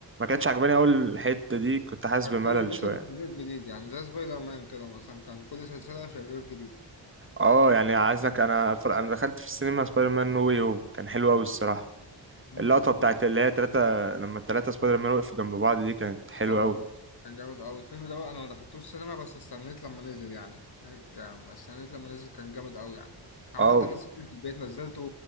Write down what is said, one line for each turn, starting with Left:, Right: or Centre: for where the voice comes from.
Right: كانتش عجباني قوي الحته دي كنت حاسس
Left: كان
Right: بملل
Left: كل موسم
Right: شويه
Left: شرير جديد يعني زي سبايدر مان كده مثلا كان كل سلسلة شرير جديد
Right: اه يعني عايزك انا أتفرج- انا دخلت في السينما سبايدر مان نو واي هوم كان حلو قوي الصراحه
Left: مم،
Right: اللقطة
Left: مم،
Right: بتاعت
Left: مم.
Right: اللي هي تلاتة لما التلاتة سبايدر مان وقفوا جنب بعض دي كانت حلوة
Left: اه
Right: أوي
Left: كان جامد أوي الفيلم ده بقى أنا ما دخلتوش السينما بس استنيت لما نزل يعني هيك أما استنيت لما نزل كان جامد أوي يعني عملت
Right: اه
Left: أنا سيرش في البيت نزلته